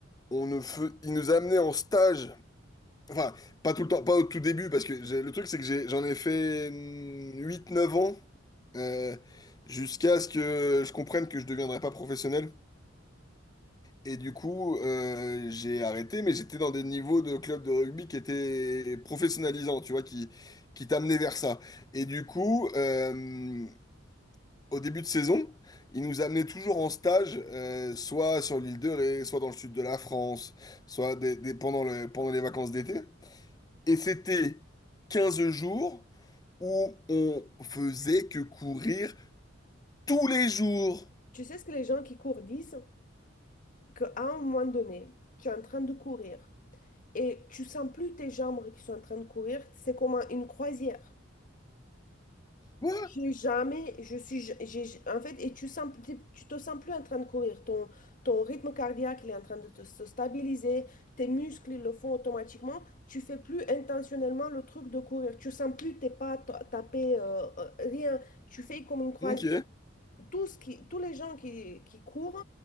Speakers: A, on the left; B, on the left.
A: on ne fe- ils nous amenaient en stage enfin pas tout le temps pas au tout début parce que j'ai- le truc c'est que j'ai- j'en ai fait 8 9 ans euh, jusqu'à ce que je comprenne que je deviendrais pas professionnel et du coup, euh, j'ai arrêté, mais j'étais dans des niveaux de club de rugby qui étaient professionnalisants, tu vois, qui, qui t'amenaient vers ça. Et du coup, euh, au début de saison, ils nous amenaient toujours en stage, euh, soit sur l'île de Ré, soit dans le sud de la France, soit des, des- pendant le, pendant les vacances d'été. Et c'était 15 jours où on faisait que courir tous les jours.
B: Tu sais ce que les gens qui courent disent? Qu'à un moment donné, tu es en train de courir et tu sens plus tes jambes qui sont en train de courir, c'est comme une croisière.
A: Quoi?
B: J'ai jamais, je suis, j- j'ai, en fait, et tu sens, t'es- tu te sens plus en train de courir. Ton, ton rythme cardiaque, il est en train de te- se stabiliser. Tes muscles, ils le font automatiquement. Tu fais plus intentionnellement le truc de courir. Tu sens plus tes pas ta- taper, euh, euh, rien. Tu fais comme une croisière.
A: Ok,
B: Tout ce qui, tous les gens qui, qui courent